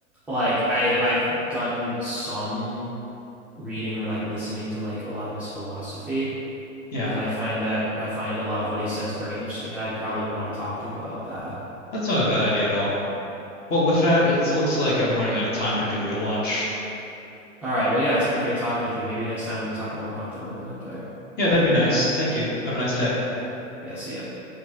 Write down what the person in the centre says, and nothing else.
like I I've done some reading or like listening to like a lot of his philosophy.
and I find that I find a lot of what he says very interesting, and I'd probably want to talk to him about that.
All right. Well, yeah, it's been great talking with you. Maybe next time we can talk more about the Roman Empire.
Yeah. Yeah. See ya.